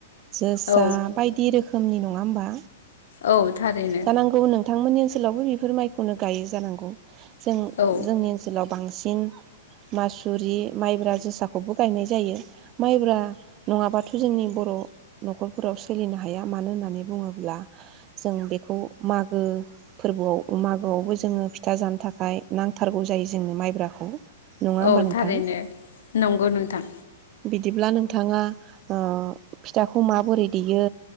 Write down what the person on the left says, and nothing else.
औ
औ थारैनो
औ
औ
थारैनो नंगौ नोंथां